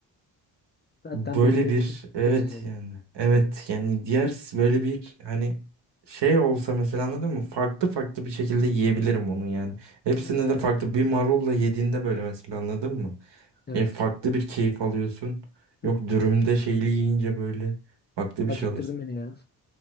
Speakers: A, on the left; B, on the right.
A: Zaten
B: Böyle
A: belli
B: bir
A: ettik
B: evet
A: seçeceğini.
B: yani. Evet yani diğer s- böyle bir hani şey olsa mesela anladın mı? Farklı farklı bir şekilde yiyebilirim onu yani. Hepsinde
A: Aynen.
B: de farklı. Bir marulla yediğinde böyle mesela anladın mı?
A: Evet.
B: E, farklı bir keyif alıyorsun.
A: Hı,
B: Yok dürümde şeyli yiyince böyle farklı bir
A: Acıktırdın
B: şey alıyorsun.
A: beni ya.